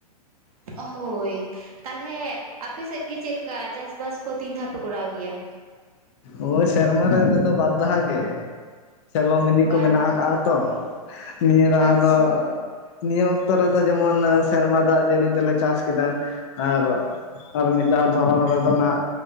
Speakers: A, on the right; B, on the left.
A: ᱦᱳᱭ ᱛᱟᱦᱚᱞᱮ ᱟᱯᱮ ᱥᱮᱫ ᱜᱮ ᱪᱮᱫ ᱠᱟ ᱪᱟᱥ ᱵᱟᱥ ᱠᱚ ᱛᱤᱱ ᱫᱷᱟᱣ ᱯᱮ ᱠᱚᱨᱟᱣ ᱜᱮᱭᱟ?
B: ᱦᱳᱭ ᱥᱮᱟᱨᱢᱟ ᱨᱮ ᱟᱞᱮ ᱫᱚ ᱵᱟᱨᱫᱷᱟᱣ ᱜᱮ᱾ ᱥᱮᱞᱚ ᱢᱤᱱᱤ
A: ᱵᱟᱨ
B: ᱠᱚ ᱢᱮᱱᱟᱜ
A: ᱫᱷᱟᱣ
B: ᱟᱠᱟᱜ-ᱟ ᱛᱚ ᱱᱤᱭᱟᱹ ᱫᱷᱟᱣ
A: ᱟᱪᱪᱷᱟ
B: ᱫᱚ ᱱᱤᱭᱟᱹ ᱚᱠᱛᱚ ᱨᱮᱫᱚ ᱡᱮᱢᱚᱱ ᱥᱮᱨᱢᱟ ᱫᱟᱜ ᱡᱟᱹᱲᱤ ᱛᱮᱞᱮ ᱪᱟᱥ ᱠᱮᱫᱟ ᱟᱨ ᱟᱨ ᱢᱤᱫ ᱫᱷᱟᱣ ᱫᱷᱚᱨᱚᱱ ᱨᱮᱫᱚ ᱱᱟᱜ